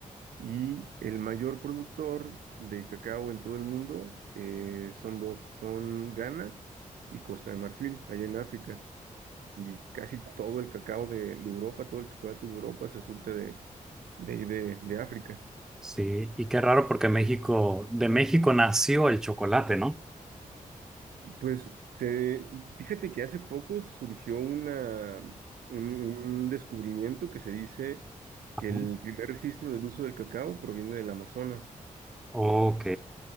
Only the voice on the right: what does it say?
Y el mayor productor de cacao en todo el mundo eh, son dos, son Ghana y Costa de Marfil, allá en África. Y casi todo el cacao de, de Europa, todo el chocolate de Europa se surte de, de, ahí de, de África.
Pues se- fíjate que hace poco surgió una, un, un descubrimiento que se dice
que el primer registro del uso del cacao proviene del Amazonas.